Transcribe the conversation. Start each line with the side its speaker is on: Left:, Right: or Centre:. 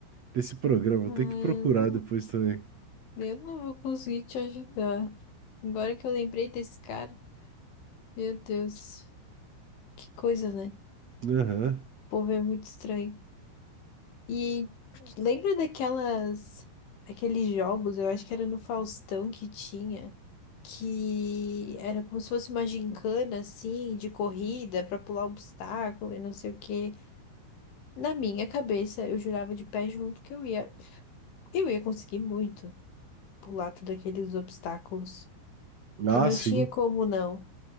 Right: desse programa,
Left: eu
Right: vou ter que procurar
Left: não,
Right: depois também.
Left: eu não vou conseguir te ajudar. Agora que eu lembrei desse cara, meu Deus. Que coisa, né? O
Right: Aham.
Left: povo é muito estranho. E lembra daquelas, aqueles jogos, eu acho que era no Faustão que tinha, que era como se fosse uma gincana, assim, de corrida pra pular obstáculo e não sei o quê. Na minha cabeça, eu jurava de pé junto que eu ia, eu ia conseguir muito pular todos aqueles obstáculos,
Right: Ah,
Left: que não
Right: sim,
Left: tinha como não.